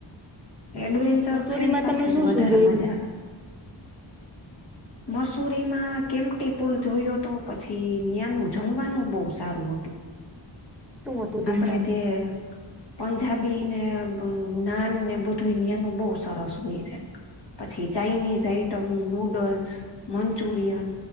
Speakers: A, on the left (about 60°); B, in the centre.
A: એડવેન્ચર
B: મસૂરીમાં
A: ફ્રેન્ડ સાથે
B: તમે શું
A: જ વધારે
B: શું જોયું
A: મજા
B: છે
A: આવે. મસૂરીમાં કેમટી પુલ જોયો તો પછી ન્યાનું જમવાનું બહુ સારું હતું.
B: શું હતું જમવામાં
A: આપણે જે પંજાબીને નાન ને બધું ન્યાનું બહુ સરસ હોય છે. પછી ચાઈનીઝ આઈટમું નુડલ્સ, મંચુરિયન.